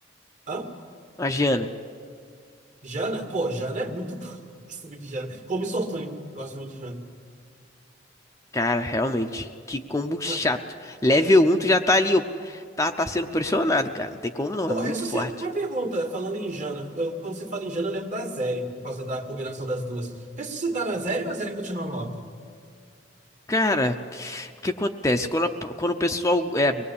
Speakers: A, on the right; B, on the left.
A: Hã?
B: Imagina.
A: Jana? Pô, Jana é muito boa. <laughs> Eu Gosto muito de Jana. Como Sortunho, gosto muito de Jana.
B: Cara, realmente, que combo chato.
A: Hã?
B: Level um tu já tá ali, ó, tá, tá sendo pressionado, cara. Não tem como não,
A: Ô,
B: é muito
A: Ressusci-
B: forte.
A: uma pergunta, falando em Jana. Eu- quando você fala em Jana, eu lembro da Zeri, por causa da combinação das duas. Ressuscitar a Zeri ou a Zeri continua morta?
B: Cara, o que acontece? Quando, a- quando o pessoal é,